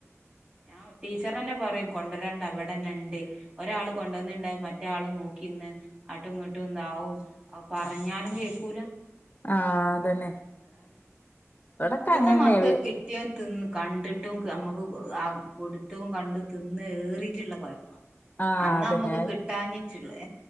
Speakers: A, on the right; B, on the left.
A: ഞാൻ ടീച്ചർ അന്നെ പറയും കൊണ്ട് രണ്ട അവിടന്നെണ്ട് ഒരാള് കൊണ്ടുവന്നിണ്ടാവും മറ്റെ ആള് നോ ക്കിന്ന് അട്ടും ഇങ്ങട്ടും ഇതാവും പറഞ്ഞാലും കേക്കൂല
B: ആ അതന്നെ
A: അതാണ്
B: ഇവിടൊക്കെ
A: ഇപ്പത്തെ
B: അങ്ങനെന്നെ
A: മക്കക്ക് കിട്ടിയോൻ തിന്ന് കണ്ടിട്ടും കേ നമുക്ക് അ കൊടുത്തും കണ്ട തിന്ന് ഏറിട്ടുള്ള കൊഴപ്പാ
B: ആഹ്
A: അന്ന്
B: അതന്നെ
A: നമ്മക്ക് കിട്ടാഞ്ഞിട്ട്ള്ളെ